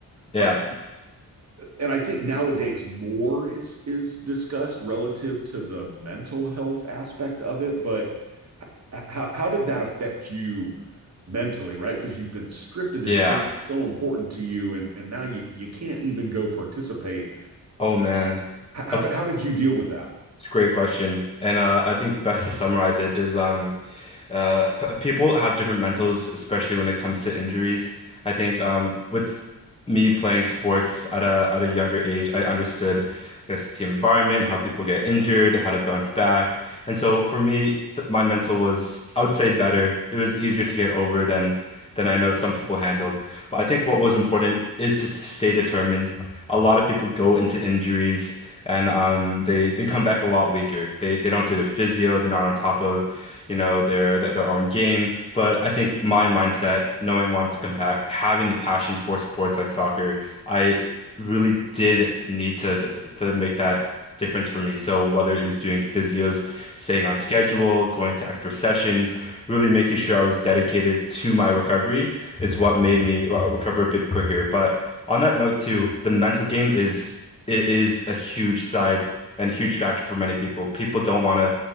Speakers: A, on the left (about 15°); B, on the right (about 45°).
A: yeah
B: But and I think nowadays more is is discussed relative to the mental health aspect of it, but how how did that affect you mentally, right? Because you've been stripped of this
A: yeah
B: thing that's so important to you, and and now you you can't even go participate.
A: oh man
B: How
A: that's
B: how did you deal with that?
A: It's a great question. And uh, I think best to summarize it is um, uh, p people have different mentals, especially when it comes to injuries. I think um, with me playing sports at a at a younger age, I understood, I guess, the team environment, how people get injured, how to bounce back. And so for me, th my mental was, I would say, better. It was easier to get over than than I know some people handled. But I think what was important is to stay determined. A lot of people go into injuries and um, they they come back a lot weaker. They they don't do their physio. They're not on top of, you know, their their, their own game. But I think my mindset, knowing wanted to come back, having the passion for sports like soccer, I really did need to, to to make that difference for me. So whether it was doing physios, staying on schedule, going to extra sessions, really making sure I was dedicated to my recovery, it's what made me uh, recover a bit quicker. But on that note too, the mental game is it is a huge side and a huge factor for many people. People don't want to